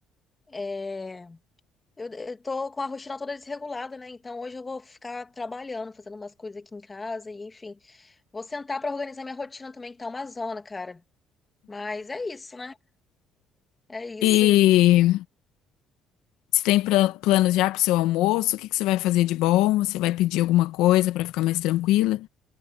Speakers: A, on the left (about 20°); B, on the left (about 85°).
A: é, eu, eu tô com a rotina toda desregulada, né? Então hoje eu vou ficar trabalhando, fazendo umas coisas aqui em casa e enfim. Vou sentar pra organizar minha rotina também, que tá uma zona, cara. Mas é isso, né? É isso
B: E
A: aí.
B: você tem pra- planos já pro seu almoço? O que que você vai fazer de bom? Você vai pedir alguma coisa pra ficar mais tranquila?